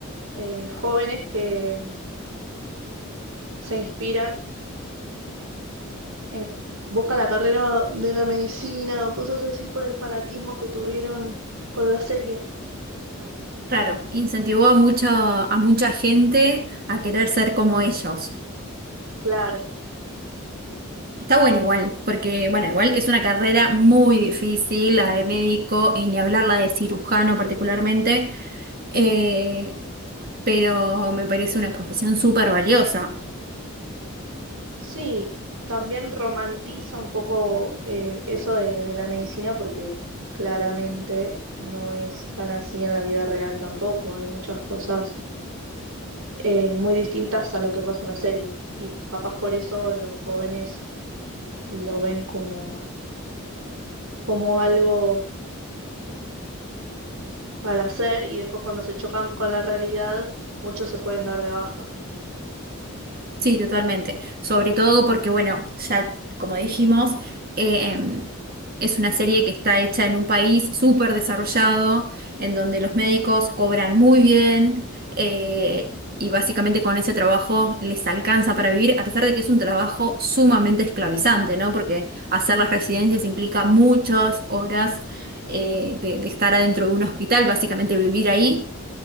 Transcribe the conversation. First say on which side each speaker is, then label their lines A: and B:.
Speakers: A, on the right; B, on the right.
A: eh, jóvenes que se inspiran en- buscan la carrera de la medicina o cosas así por el fanatismo que tuvieron con la serie.
B: Claro, incentivó a mucho, a mucha gente a querer ser como ellos.
A: Claro,
B: Está bueno igual, porque bueno, igual es una carrera muy difícil, la de médico y ni hablar la de cirujano particularmente, eh, pero me parece una profesión súper valiosa.
A: sí, también romantiza un poco eh, eso de, de la medicina porque claramente no es tan así en la vida real tampoco. Hay muchas cosas eh, muy distintas a lo que pasa en la serie y capaz por eso los jóvenes lo ven como, como algo para hacer y después cuando se chocan con la realidad, muchos se pueden dar de baja.
B: Sí, totalmente. Sobre todo porque, bueno, ya como dijimos, eh, em, es una serie que está hecha en un país súper desarrollado, en donde los médicos cobran muy bien eh, y básicamente con ese trabajo les alcanza para vivir, a pesar de que es un trabajo sumamente esclavizante, ¿no? Porque hacer las residencias implica muchas horas eh, de, de estar adentro de un hospital, básicamente vivir ahí